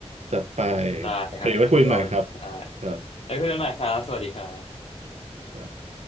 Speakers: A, on the right; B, on the left.
A: จัดไป
B: ได้ครับคุณต้น
A: โอเคไว้คุยใหม่ครับ
B: ได้
A: ครับ
B: แล้วคุยกันใหม่ครับ สวัสดีครับ
A: ครับ